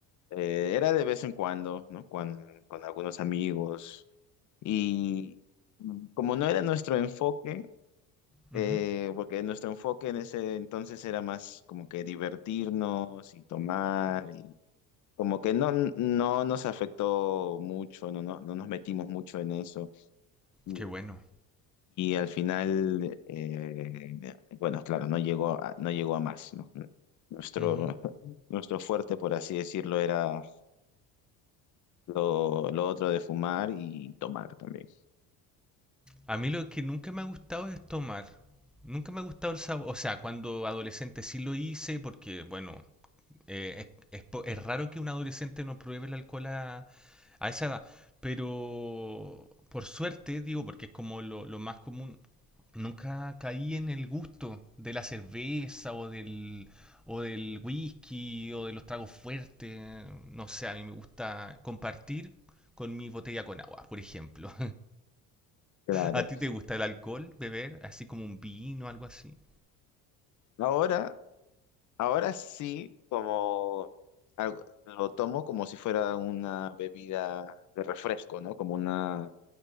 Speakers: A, on the left; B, in the centre.
A: eh, era de vez en cuando, ¿no? Con, con algunos amigos. Y como no era nuestro enfoque, eh,
B: ujú.
A: porque nuestro enfoque en ese entonces era más como que divertirnos y tomar como que no, no nos afectó mucho, no, no, no nos metimos mucho en eso. Y
B: Qué bueno.
A: al final, eh, bueno, claro, no llegó a, no llegó a más, ¿no? Nuestro,
B: Ujú.
A: <laughs> nuestro fuerte, por así decirlo, era lo, lo otro de fumar y tomar también.
B: A mí lo que nunca me ha gustado es tomar. Nunca me ha gustado el sabor. O sea, cuando adolescente sí lo hice porque, bueno, eh, es, es po- es raro que un adolescente no pruebe el alcohol a, a esa edad. Pero por suerte, digo, porque es como lo, lo más común, nunca caí en el gusto de la cerveza o del, o del whisky o de los tragos fuertes. No sé, a mí me gusta compartir con mi botella con agua, por ejemplo.
A: Claro.
B: ¿A ti te gusta el alcohol, beber? Así como un vino, algo así.
A: Ahora, ahora sí, como algo- lo tomo como si fuera una bebida de refresco, ¿no? Como una